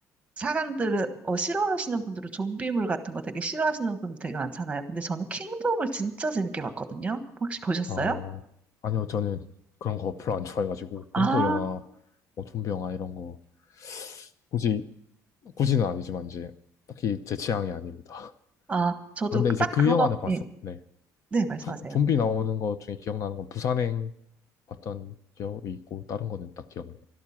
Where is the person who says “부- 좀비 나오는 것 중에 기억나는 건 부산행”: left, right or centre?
Left